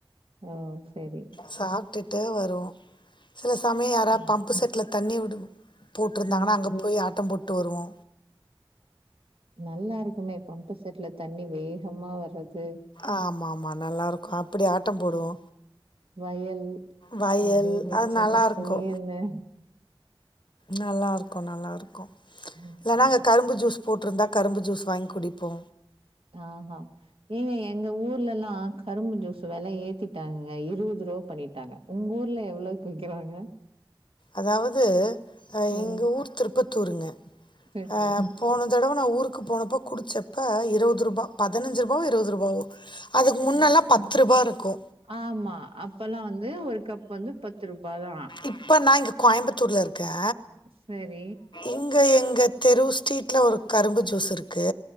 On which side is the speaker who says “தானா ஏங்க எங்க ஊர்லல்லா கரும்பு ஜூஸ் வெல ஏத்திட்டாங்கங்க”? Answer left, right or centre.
Right